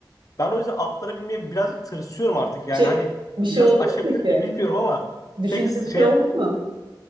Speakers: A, on the left (about 45°); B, on the right (about 80°).
A: Ben o yüzden atlara binmeye birazcık tırsıyorum artık. Yani
B: Bir şey,
A: hani
B: bir şey
A: biraz
B: oldu
A: aşabilir
B: mu peki?
A: miyim bilmiyorum ama
B: Düşünce
A: pek
B: bir
A: şey
B: şey oldu mu?